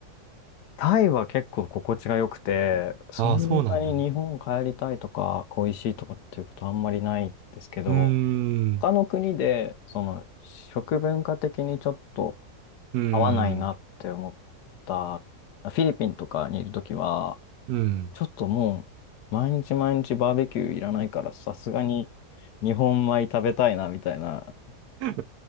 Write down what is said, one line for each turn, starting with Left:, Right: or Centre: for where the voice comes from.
Left: タイは結構心地が良くて、そんんなに日本帰りたいとか恋しいとかっていうことあんまりないんですけど、
Right: ああ、そうなんだ。うーん。
Left: 他の国でその食文化的にちょっと
Right: うーん。
Left: 合わないなって思ったフィリピンとかにいるときは、
Right: うん。
Left: ちょっともう毎日毎日バーベキューいらないからさすがに日本米食べたいなみたいな。
Right: うー